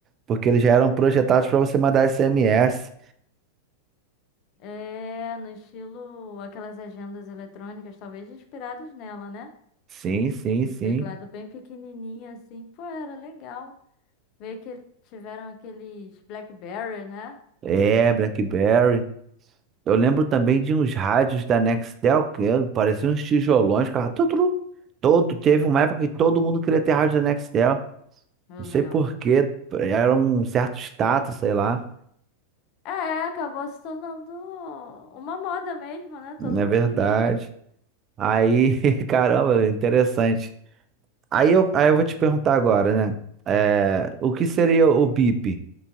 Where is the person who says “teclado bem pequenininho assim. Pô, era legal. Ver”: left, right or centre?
Left